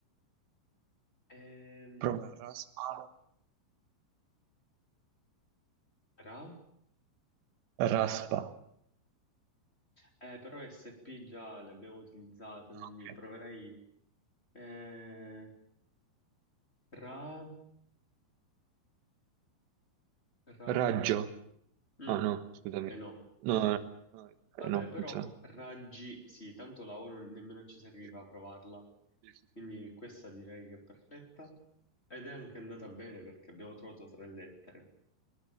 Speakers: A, on the left; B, on the right.
A: Ehm,
B: Prova raspa.
A: Ra?
B: Raspa.
A: Eh, però SP già le abbiamo utilizzate, quindi
B: Ah, ok.
A: proverei... eh, Ra? Ra?
B: Raggio.
A: Mm,
B: Ah no, scusami.
A: Eh no.
B: No, no, no, eh,
A: Vabbè,
B: no, non
A: però
B: funziona.
A: raggi, sì, tanto la O non- nemmeno ci serviva
B: Sì,
A: a provarla,
B: sì,
A: quindi
B: sì,
A: questa direi che è perfetta
B: sì.
A: ed è anche andata bene perché abbiamo trovato tre lettere.